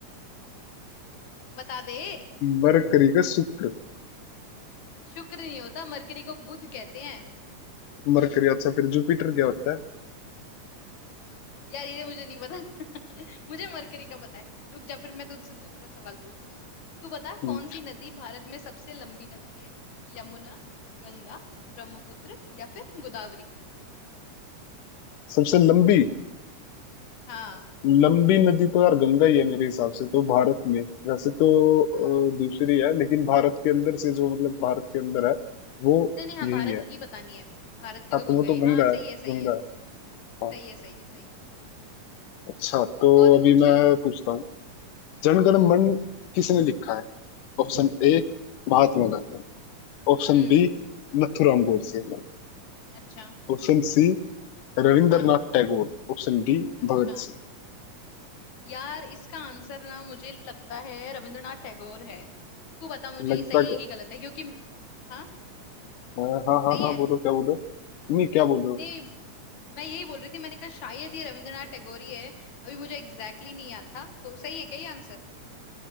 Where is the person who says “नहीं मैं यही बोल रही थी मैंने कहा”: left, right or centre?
Left